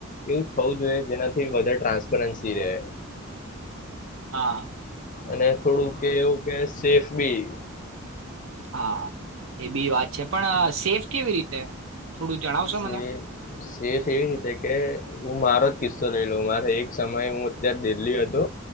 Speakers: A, on the left; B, on the right.
A: એવું થવું જોઈએ, જેનાથી વધારે ટ્રાન્સપરન્સી રહે.
B: હા
A: અને થોડું કે, એવું કે સેફ બી
B: હા એ બી વાત છે, પણ સેફ કેવી રીતે? થોડું જણાવશો
A: સેફ
B: મને?
A: સેફ એવી રીતે કે હું મારો જ કિસ્સો લઈ લઉ. મારે એક સમયે હું અત્યારે દિલ્હી હતો.